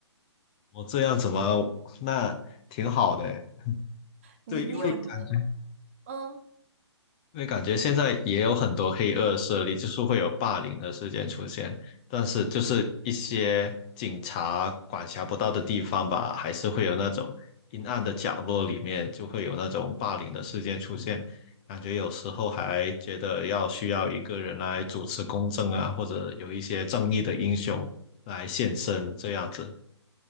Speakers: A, on the left; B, on the right.
A: 我这样子吗？<laughs> 那挺好的诶
B: 你你有什么？
A: 对，因为感觉。
B: 嗯。
A: 因为感觉现在也有很多黑恶势力，就是会有霸凌的事件出现，但是就是一些警察管辖不到的地方吧，还是会有那种阴暗的角落里面就会有那种霸凌的事件出现，感觉有时候还觉得要需要一个人来主持公正啊，或者有一些正义的英雄来现身这样子。